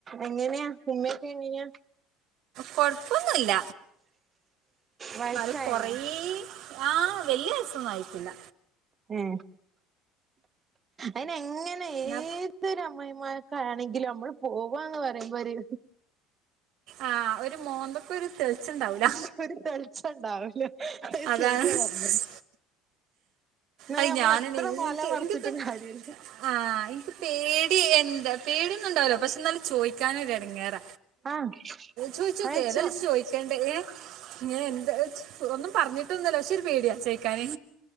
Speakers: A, on the right (about 25°); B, on the right (about 60°).
A: എങ്ങനെയാ ഉമ്മ ക്കെ എങ്ങെനെയാ.
B: കൊഴ്പ്പൊന്നുല്ല
A: വയസ്സായിണോ
B: എന്നാലും കൊറെ ആ വലൃ വയസൊന്നും ആയിട്ടില്ല.
A: ഏ അയിന് എങ്ങെനെ
B: എന്നാ
A: ഏത് തെരമ്മായ് മാര്കാണെങ്കിലും നമ്മള് പോവാന്ന് പറിമ്പോരു
B: ആഹ് ഒര് മോന്തൊക്കെ ഒര് തെളിച്ചണ്ടാവൂല
A: ഒരു തെളിച്ചം ഉണ്ടാവൂല അത്
B: അതാണ്.
A: ശരിയാ
B: ഹ്
A: പറഞ്ഞത് എന്നാ
B: അയ്
A: നമ്മള്
B: ഞാനെന്നെ
A: എത്ര മാല
B: ൻക്ക്
A: മറിച്ചിട്ടും
B: ൻക്പ്പെ.
A: കാര്യല്ല
B: ആഹ് ൻക്ക് പേടി എന്ത പേടിയൊന്നും ണ്ടാവൂല. പക്ഷെ ന്നാലും ചോയ് ക്കാനെര് എടങ്ങേറ
A: ആഹ്
B: ചോയ്ച്ചോക്ക്
A: അയച്ചോ
B: ഏതാലും ജി ചോയ്ക്കണ്ടേ ഏ ങ്ങനെ ഒന്നും പറഞ്ഞിട്ടൊന്നെല്ല പക്ഷെ ഒരു പേടിയാ ചേയ്ക്കാന്.